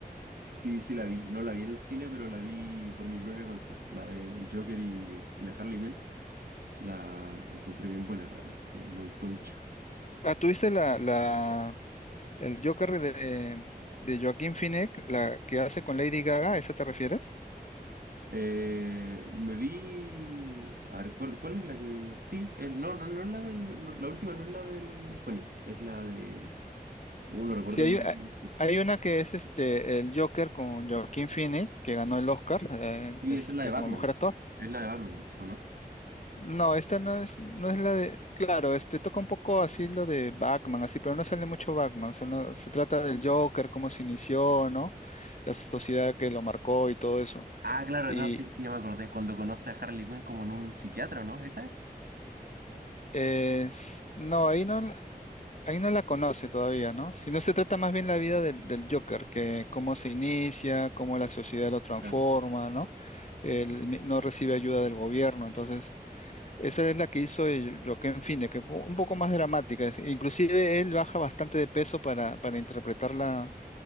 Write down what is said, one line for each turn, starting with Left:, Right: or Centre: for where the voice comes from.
Right: Sí, sí la vi. No la vi en el cine, pero la vi por mi propia cuenta. La del Joker y, y la Harley Quinn. La encontré bien buena, la verdad. Me, me gustó mucho.
Left: Ah, ¿tuviste la, la, el Joker de, de Joaquín Phoenix, la que hace con Lady Gaga? ¿A esa te refieres?
Right: Eh, me vi... A ver, ¿cuál, cuál es la que...? Sí, el- no, no, no es la del... no, la última no es la del Phoenix. Es la de... Uh, no recuerdo
Left: Sí, hay,
Right: el nombre.
Left: a- hay una que es este el Joker con Joaquín Phoenix, que ganó el Oscar, eh,
Right: Sí,
Left: este,
Right: esa es la de Batman.
Left: como mejor actor.
Right: Es la de Batman, de hecho, ¿no?
Left: No, esta no es, no es la de. Claro, este toca un poco así lo de Batman, así, pero no sale mucho Batman. solo se trata del Joker, cómo se inició, ¿no? La sociedad que lo marcó y todo eso.
Right: Ah, claro,
Left: Y
Right: no, sí, sí, ya me acordé. Es cuando conoce a Harley Quinn como en un psiquiatra, ¿no? ¿Esa es?
Left: es, no, ahí no, la- ahí no la conoce todavía, ¿no? Sino se trata más bien la vida del, del Joker, que cómo se inicia, cómo la sociedad lo transforma,
Right: Claro.
Left: ¿no? Él mi- no recibe ayuda del gobierno, entonces Esa es la que hizo el Joaquin Phoenix, que fue un poco más dramática. es- Inclusive él baja bastante de peso para, para interpretar la,